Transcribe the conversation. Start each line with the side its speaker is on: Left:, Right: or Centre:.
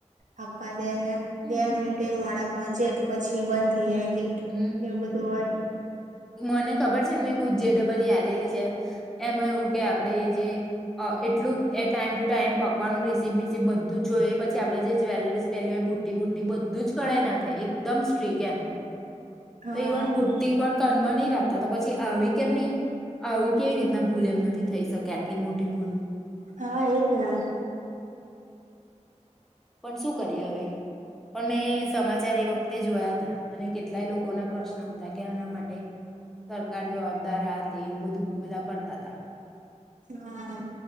Right: આપ્પા દેને
Centre: હમ
Right: બે
Centre: હમ.
Right: મિનિટેય મોડા પહોંચે પછી બંધ જાય ગેટ
Centre: હ,
Right: એવું બધું હોય
Centre: મને ખબર છે ને મેં કુ જેડબલઈ આલેલી છે એમાં એવું કે આપડે જે એટલું એ ટાઈમ ટુ ટાઈમ પોકવાનું રેસીપ, બીસીપ બધું જ જોઈએ પછી આપડે જે જ્વેલરીસ પહેલી હોય બુટી, બુટી બધું જ કઢાઈ નાખે એકદમ સ્ટ્રીક એમ
Right: હા
Centre: તો ઈવન બુટ્ટી પણ કાનમાં ની લતા તો પછી આવી કેમ ની આવી કેવી રીતના ભૂલ એમ નથી થઈ શકે આટલી મોટી ભૂલ
Right: હા, એક ના
Centre: પણ શું કરીએ, હવે પણ મેં સમાચાર એ વખતે જોયા તાઅને કેટલાય લોકો ના પ્રશ્ન આવ હતા કે આના માટે સરકાર જવાબ દારા તે એવું બધું બધા કરતા હતા
Right: હા,